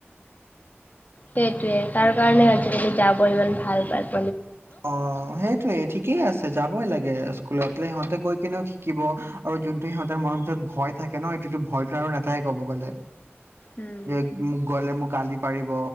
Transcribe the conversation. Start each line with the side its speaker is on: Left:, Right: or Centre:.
Left: সেটোয়ে তাৰ কাৰণে আজিকালি যাব ইমান ভাল পাই
Right: অ সেইটয়ে ঠিক কি আছে যাবই লাগে স্কুলত সিহঁতে গৈ কেনেও শিকিব আৰু যোনটো সিহঁতৰ মনত যে ভয় থাকে ন সেটোতো ভয় খাই আৰু নাথাকে কব গলে
Left: উম।
Right: যে মোক গলে মোক গালি পাৰিব